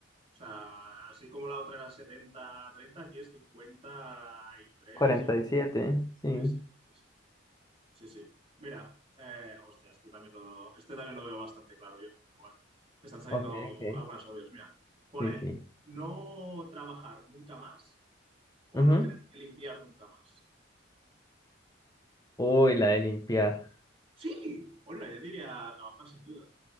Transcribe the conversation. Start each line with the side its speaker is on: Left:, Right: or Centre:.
Right: O sea, así como la otra era setenta treinta aquí es 53
Left: cuarenta
Right: y...
Left: y siete sí.
Right: tres y... Sí, sí, sí, sí, sí. Sí, sí. Mira, eh, hostia, este también lo, este también lo veo bastante claro yo, pero bueno, me están saliendo
Left: Ok, ok,
Right: algunas obvias. Mira, pone
Left: sí, sí.
Right: no trabajar nunca más o
Left: Ujú.
Right: no tener que limpiar nunca más.
Left: Uy, la de limpiar.
Right: Sí, hola, yo diría trabajar sin duda.